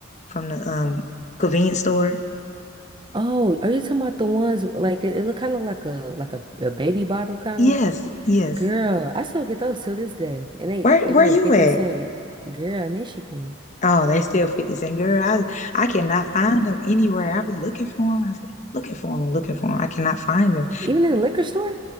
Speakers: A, on the left; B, on the right.
A: from the
B: <laughs>
A: um convenience store.
B: Oh, are you talking about the ones like it, it look kind of like a like a, a baby bottle kind
A: Yes,
B: of?
A: yes.
B: Girl, I still get those till this day, and they
A: Where
B: they
A: where
B: be like
A: you
B: 50
A: at?
B: cent. Girl, Michigan,
A: Oh, they still 50 Cent. Girl, I I cannot find them anywhere. I be looking for them. I was like, looking for them and looking for them. I cannot find them.
B: even in the liquor store?